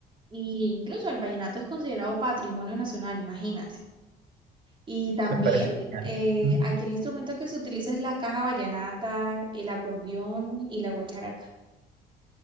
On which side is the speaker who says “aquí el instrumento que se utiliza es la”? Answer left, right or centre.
Right